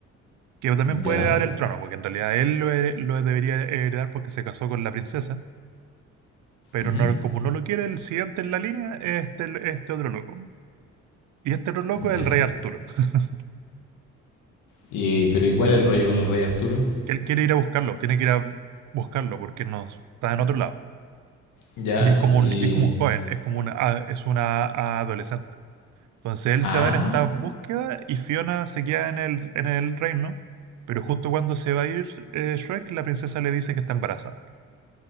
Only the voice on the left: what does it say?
Ya.
ujú,
Ya.
Y, pero, ¿y cuál es el rollo con el rey Arturo?
Ya.
Y...
Ah,